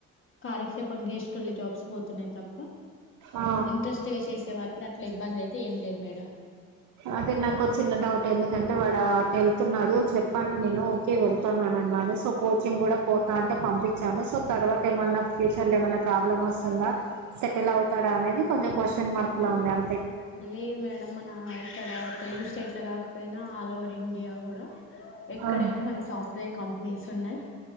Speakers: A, on the left; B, on the right.
A: కాలక్షేపం చేసేటోళ్ళకు జాబ్స్ పోతున్నాయి తప్ప
B: ఆ
A: ఇంట్రెస్ట్ గా చేసే వాళ్ గట్ల ఇబ్బంది అయితే ఏం లేదు మేడం
B: అదే నాకు చిన్న డౌట్ ఎందుకంటే వాడు అటు వెళ్తున్నాడు చెప్పాను నేను ఓకే వెళ్తుాన్నాన న్నా సో కోచింగ్ కూడా పోతా అంటే పంపించాము సో తర్వాత ఏమన్నా ఫ్యూచర్ లో ఏమైన్నా ప్రాబ్లమ్ వస్తున్నా సెటిల్ అవుతాడు అనేది కొంచం క్వ్చన్ మార్క్ లో ఉంది అ
A: లేదు మేడం మన ఇక్కడ తెలుగు స్టేట్ల కాకపోయినా ఆల్ ఓవర్ ఇండియా కూడా ఎక్కడైనా
B: ఆ
A: మన కు సాఫ్ట్వేర్ కంపెనీస్ ఉన్నాయి